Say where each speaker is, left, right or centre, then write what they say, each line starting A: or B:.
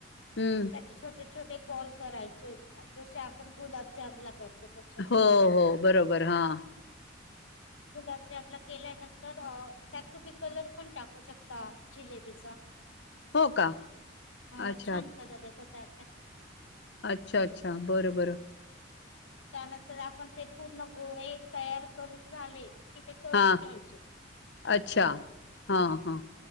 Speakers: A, on the left; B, on the left.
A: हम्म
B: त्याचे छोटे... छोटे बॉल करायचे जसे आपण.. गुलाबजामला करतो तसं.
A: हो हो बरोबर हा..
B: गुलाबजामला केल्यानंतर त्यात तुम्ही कलर पण टाकू शकता जिलेबीचा...
A: हो का
B: हा
A: अच्छा
B: छानक जेत... ह <unintelligible>
A: अच्छा अच्छा बरं बर.
B: त्यानंतर आपण ते.. पूर्ण गोळे तयार करून झाले. कि ते तळून
A: हा
B: घ्यायचे.
A: अच्छा हा हा.